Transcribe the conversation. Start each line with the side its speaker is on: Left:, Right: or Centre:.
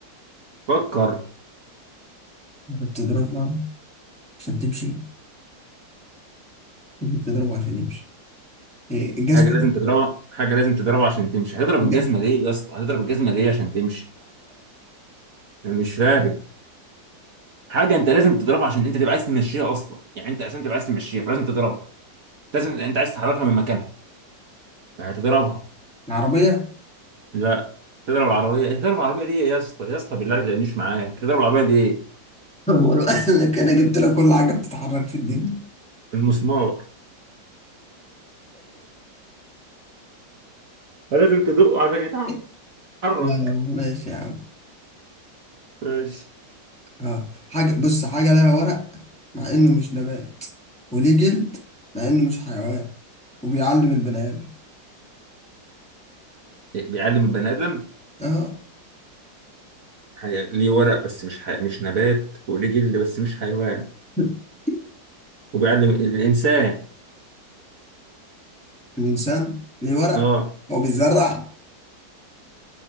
Right: فكر
Centre: بتضربها عشان تمشي اللي بتضربها عشان يمشي إيه الجزمه
Right: حاجه لازم تضربها حاجه لازم تضربها عشان تمشي هتضرب
Centre: الج-
Right: الجزمه ليه يا اسطى هتضرب الجزمه ليه عشان تمشي انا مش فاهم حاجه انت لازم تضربها عشان انت تبقى عايز تمشيها اصلا يعني انت اساسا تبقى عايز تمشيها فلازم تضربها لازم انت عايز تحركها من مكانها فهتضربها
Centre: العربيه <laughs>
Right: لا تضرب العربيه ايه تضرب العربيه ليه يا اسطى يا اسطى بالله ما تجنيش معاك تضرب العربيه ليه
Centre: بقول لك انا جبت لك كل حاجه بتتحرك في الدنيا
Right: المسمار لازم تدقه عشان
Centre: <laughs>
Right: يتحرك
Centre: لا لا ماشي يا عم
Right: ماشي
Centre: اه حاجه بص حاجه لها ورق مع انه مش نبات وليه جلد مع انه مش حيوان وبيعلم البني ادم
Right: بيعلم البني ادم
Centre: اه
Right: حاجة ليه ورق بس مش حي... مش نبات وليه جلد بس مش حيوان
Centre: <laughs>
Right: وبيعلم الإنسان
Centre: الانسان ليه ورق
Right: اه
Centre: هو بيزرع